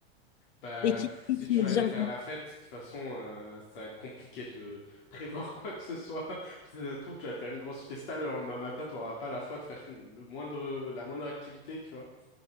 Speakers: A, on the left; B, on the left.
A: Bah,
B: et qui
A: f-
B: puisse
A: si tu
B: me
A: veux
B: dire
A: aller faire
B: bon,
A: la fête, de toute façon, euh, ça va être compliqué de prévoir <laughs> quoi que ce soit. <laughs> Parce que ça se trouve, tu vas te faire une grosse fiesta le lendemain matin, tu n'auras pas la foi de faire le moindre, la moindre activité, tu vois.